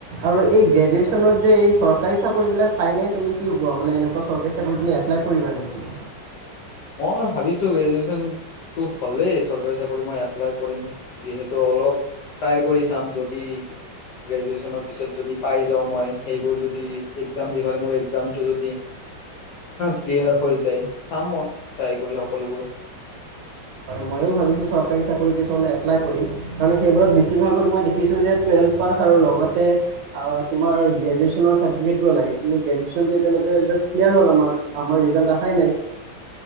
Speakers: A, on the right; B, on the left.
A: আৰু এই গ্ৰেজুৱেচনত যে এই চৰকাৰী চাকৰিবিলাক পায়নে? তুমি কি কোৱা মানে এনেকুৱা চৰকাৰী চাকৰি তুমি এপ্লাই কৰিবা নেকি?
B: মই ভাবিছোঁ গ্ৰেজুৱেচন টো হ'লেই চৰকাৰী চাকৰি মই এপ্লাই কৰিম। যিহেতু অলপ ট্ৰাই কৰি চাম, যদি গ্ৰেজুৱেচনৰ পিছত যদি পাই যাওঁ মই, সেইবোৰ যদি এক্সজাম দিবাৰ মোৰ এক্সজামটো যদি ক্লিয়াৰ হৈ যায় চাম মই ট্ৰাই কৰি সকলোবোৰ।
A: মইয়ো ভাবিছোঁ চৰকাৰী চাকৰি কিছুমানত এপ্লাই কৰিম। তাৰমানে সেইবোৰত বেছি ভাগত মই দেখিছোঁ যে, টুয়েলভ পাছ আৰু লগতে আ‌ তোমাৰ গ্ৰেজুৱেচনৰ চাৰ্টিফিকেট কিয় লাগে, কিন্তু গ্ৰেজুৱেচন যে, এতিয়ালৈকে ক্লিয়াৰ হ'ল আমাৰ। আমাৰ ৰিজাল্ট অহাই নাই।